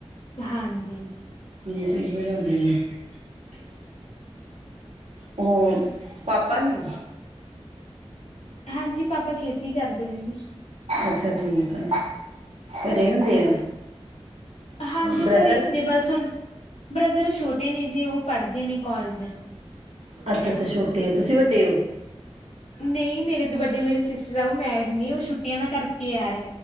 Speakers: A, on the left; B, on the right.
A: ਹਾਂਜੀ
B: ਇਹ <unintelligible> ਹੋਰ ਪਾਪਾ ਨੀ
A: ਹਾਂਜੀ ਪਾਪਾ ਖੇਤੀ ਕਰਦੇ ਨੇ
B: ਅੱਛਾ ਠੀਕ ਆ ਘਰੇ ਹੁੰਦੇ ਆ
A: ਹਾਂਜੀ-ਘਰੇ
B: ਬ੍ਰਦਰ
A: ਇ ਹੁੰਦੇ ਆ ਬਸ ਹੁਣ ਬ੍ਰਦਰ ਛੋਟੇ ਨੇ ਜੀ ਉਹ ਪੜ੍ਹਦੇ ਨੇ ਕਾੱਲੇਜ
B: ਅੱਛਾ-ਅੱਛਾ ਛੋਟੇ ਆ ਤੁਸੀਂ ਵੱਡੇ ਹੋ
A: ਨਹੀਂ ਮੇਰੇ ਤੋਂ ਵੱਡੇ ਮੇਰੇ ਸਿਸਟਰ ਆ ਉਹ ਮੈਰਿਡ ਨੇ ਉਹ ਛੁਟੀਆਂ ਦਾ ਕਰਕੇ <unintelligible>